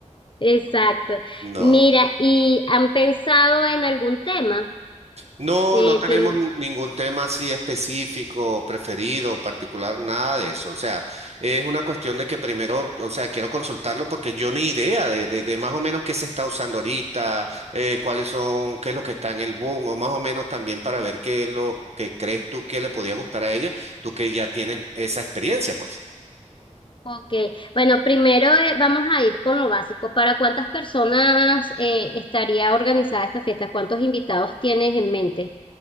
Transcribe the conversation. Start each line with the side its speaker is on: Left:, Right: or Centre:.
Left: exacto.
Right: No.
Left: Mira, ¿y han pensado en algún tema?
Right: No,
Left: Eh,
Right: no tenemos
Left: tien-
Right: n- ningún tema así específico, preferido, particular, nada de eso. O sea, es una cuestión de que primero, o sea, quiero consultarlo porque yo ni idea de, de- de más o menos qué se está usando ahorita, eh, cuáles son, qué es lo que está en el boom, o más o menos también para ver qué es lo que crees tú que le podía gustar a ella, tú que ya tienes esa experiencia, pues.
Left: Ok, bueno, primero eh, vamos a ir con lo básico. ¿Para cuántas personas eh, estaría organizada esta fiesta? ¿Cuántos invitados tienes en mente?